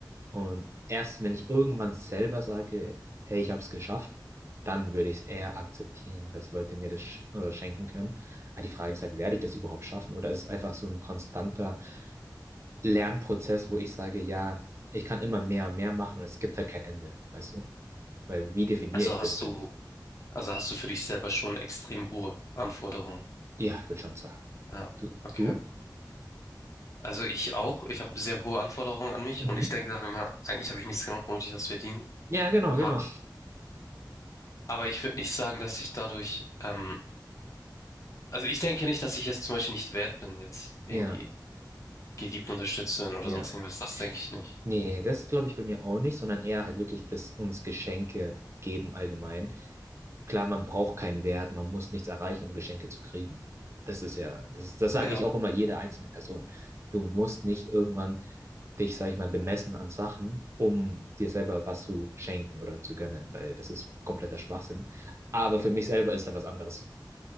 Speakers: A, on the right; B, on the left.
A: Und erst wenn ich irgendwann selber sage, hey, ich habe es geschafft, dann würde ich es eher akzeptieren, dass Leute mir das sch äh, schenken können. Aber die Frage ist halt, werde ich das überhaupt schaffen? Oder ist es einfach so ein konstanter Lernprozess, wo ich sage, ja, ich kann immer mehr und mehr machen und es gibt halt kein Ende, weißt du? Weil wie definiere
B: Also
A: ich das
B: hast
A: denn?
B: du, also hast du für dich selber schon extrem hohe Anforderungen.
A: Ja, ich würde schon sagen.
B: Ja,
A: Du,
B: okay.
A: du?
B: Also ich auch. Ich habe sehr hohe Anforderungen an mich
A: Mhm.
B: und ich denke dann immer, eigentlich habe ich nichts gemacht, womit ich das verdienen
A: Ja, genau, genau.
B: habe. Aber ich würde nicht sagen, dass ich dadurch, ähm, also ich denke nicht, dass ich jetzt zum Beispiel nicht wert bin, jetzt irgendwie
A: Ja,
B: geliebt unterstützt zu werden oder
A: ja.
B: sonst irgendwas. Das denke ich nicht.
A: Nee, das glaube ich bei mir auch nicht, sondern eher halt wirklich, dass uns Geschenke geben allgemein. Klar, man braucht keinen Wert, man muss nichts erreichen, um Geschenke zu kriegen. Das ist ja, das ist, das sage
B: Ja.
A: ich auch immer jeder einzelne Person. Du musst nicht irgendwann dich, sag ich mal, bemessen an Sachen, um dir selber was zu schenken oder zu gönnen, weil das ist kompletter Schwachsinn. Aber für mich selber ist halt was anderes.